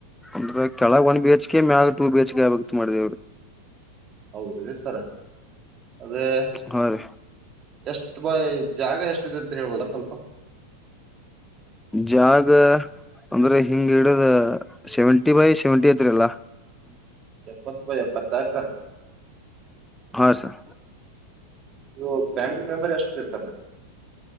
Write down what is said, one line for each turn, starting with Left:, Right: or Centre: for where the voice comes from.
Centre: ಅಂದ್ರೆ ಕೆಳಗ ಒನ್ ಬಿ ಹೆಚ್ ಕೆ ಮ್ಯಾಗ ಟೂ ಬಿ ಹೆಚ್ಗೆ ಆಗಬೇಕ ಅಂತ ಮಾಡಿದವ್ರಿ
Right: ಹೌದ ರಿ ಸರ ಅದೇ
Centre: ಹಾ ರೀ
Right: ಎಷ್ಟ ಬಾಯ್ ಜಾಗ ಎಷ್ಟಿದೆ ಅಂತ ಹೇಳ್ಬೋದ ಸ್ವಲ್ಪ
Centre: ಜಾಗ ಅಂದ್ರೆ ಹಿಂಗ್ ಹಿಡದ ಸೆವೆಂಟಿ ಬೈ ಸೆವೆಂಟಿ ಐತ್ರರಿ ಎಲ್ಲಾ
Right: ಎಪ್ಪತ್ತ ಬೈ ಎಪ್ಪತ್ತಾ ಸರ್
Centre: ಹಾ ಸಾರ್
Right: ನೀವು ಫ್ಯಾಮಿಲಿ ಮೆಂಬರ್ ಎಷ್ಟರಿ sir